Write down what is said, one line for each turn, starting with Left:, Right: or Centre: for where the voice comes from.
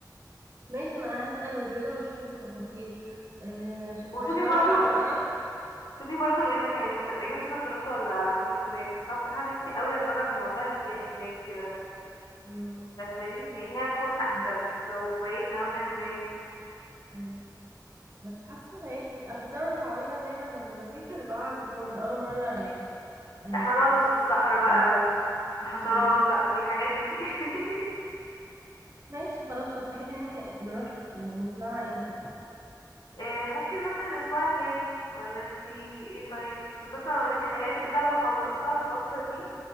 Right: ماشي ما انا هسأل وكده واشوف التفاصيل آه، عش-
Left: وشوفي
Right: عشان انا
Left: برضو
Right: متعرف انا أص-
Left: شوفي برضو اذا كانت هتبقى يوم صد رد ولا هنروح نبات عشان أنا بصراحة نفسي قوي اجرب موضوع البيات هناك كده
Right: مم.
Left: فاهماني يعني هي هتكون احسن
Right: مم.
Left: لو بيتنا مثلا هناك
Right: مم. بس حاسه بقيت في اصل كنا متعوده دايما لما بسافر بقعد في فندق اول مره يعني آه،
Left: لا، هنقعد وسط الصحراء بقى
Right: الموضوع كان- إيه؟
Left: والحشرات
Right: مم.
Left: بقى والحاجات دي <laughs>
Right: ماشي خلاص طب تحبي نروح نروح يعني نطلعها امتى
Left: آه، ممكن مثلا الأسبوع الجاي ولا انتي ايه طيب عشان بس انا ورباني حاجات
Right: خلاص
Left: كده بخلصها الفترة دي